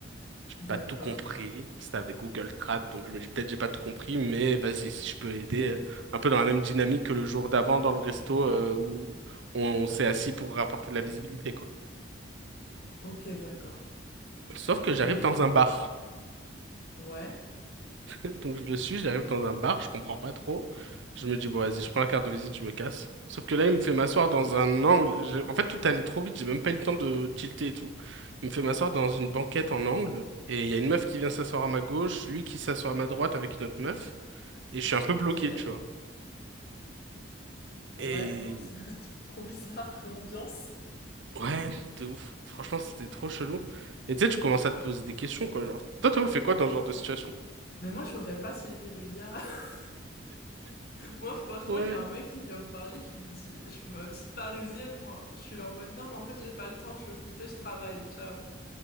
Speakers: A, on the left; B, on the right.
A: <laughs> D'accord.
B: pas tout compris. C'était avec Google Trad, donc je me dis peut-être j'ai pas tout compris, mais vas-y, si je peux aider, euh, un peu dans la même dynamique que le jour d'avant dans le resto euh, où on, on s'est assis pour rapporter de la visibilité, quoi.
A: Ok, d'accord.
B: Sauf que j'arrive
A: Et
B: dans un bar.
A: ouais,
B: <laughs> Donc je le suis, j'arrive dans un bar, je comprends pas trop. Je me dis, bon, vas-y, je prends la carte de visite, je me casse. Sauf que là, il me fait m'asseoir dans un angle. Je- En fait, tout allait trop vite, j'ai même pas eu le temps de tilter et tout. Il me fait m'asseoir dans une banquette en angle. Et il y a une meuf qui vient s'asseoir à ma gauche, lui qui s'assoit à ma droite avec une autre meuf. Et je suis un peu
A: ok.
B: bloqué, tu vois.
A: Ouais,
B: Et
A: non, c'est <laughs> trop bizarre l'ambiance.
B: ouais, de ouf. Franchement, c'était trop chelou. Et tu sais, tu commences à te poser des questions, quoi. Genre, toi, t'aurais fait quoi dans ce genre de situation?
A: Mais moi, j'aurais pas suivi le gars. <laughs> Moi, franchement,
B: Ouais.
A: il y a un mec qui vient me parler, je lui dis, je suis ma petite parisienne, moi. Je suis là en mode, non, mais en fait, j'ai pas le temps, je suis occupée, je travaille, ciao.